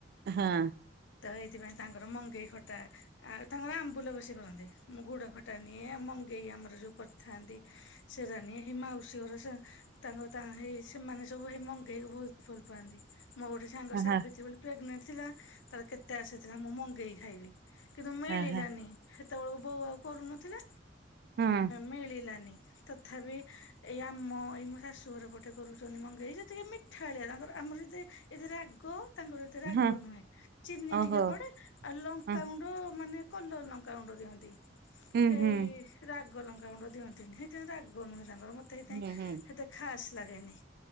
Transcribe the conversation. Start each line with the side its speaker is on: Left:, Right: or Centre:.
Right: ହଁ
Left: ତ ଏଇଥିପାଇଁ ତାଙ୍କର ମଙ୍ଗେଇ ଖଟା ଆଉ ତାଙ୍କର ଆମ୍ବୁଲ ବେସି କରନ୍ତି ମୁଁ ଗୁଡ ଖଟା ନିଏ ମଙ୍ଗେଇ ଆମର ଯୋଉ କରିଥାନ୍ତି ସେରା ହେ ମାଉସୀ ଘର ତାଙ୍କର ହେଇ ସେମାନେ ସବୁ ହେଇ ମଙ୍ଗେଇକୁ ଭଉତ ଭଲ ପାଆନ୍ତି। ମୋ ଗୋଟେ ସାଙ୍ଗ
Right: ହଁ
Left: ସାବିତ୍ରୀ
Right: ହଁ
Left: ବୋଲି ପ୍ରେଗନେଣ୍ଟ ଥିଲା ତାର କେତେ ଆଶା ଥିଲା ମୁଁ ମଙ୍ଗେଇ ଖାଇବି। କିନ୍ତୁ ମିଳିଲାନି
Right: ହଁ
Left: ସେତେବେଳକୁ ବୋଉ ଆଉ କରୁନଥିଲା
Right: ହଁ।
Left: ମିଳିଲାନି। ତଥାପି ଏଇ ଆମ ଏଇ ମୋ ଶାଶୁ ଘର ପଟେ କରୁଛନ୍ତି ମଙ୍ଗେଇ ସେତିକି ମିଠାଳିଆ ତାଙ୍କର! ଆମର ଏତ ଏତେ ରାଗ! ତାଙ୍କର ଏତରେ ରାଗ
Right: ହଁ
Left: ନୁହେଁ ଚିନି
Right: ଓହୋ
Left: ଟିକେ ପଡେ ଆଉ ଲଙ୍କାାଗୁଣ୍ଡ
Right: ହଁ
Left: ମାନେ! କଲର ଲଙ୍କା ଗୁଣ୍ଡ ଦିଅନ୍ତି
Right: ହୁଁ
Left: ସେଇ
Right: ହୁଁ
Left: ରାଗ ଲଙ୍କା ଗୁଣ୍ଡ ଦିଅନ୍ତିନି! ରାଗ ନୁହେଁ ତାଙ୍କର ମତେ ସେଇଥିପାଇଁ
Right: ହୁଁ ହୁଁ
Left: ସେତେ ଖାସ ଲାଗେନି!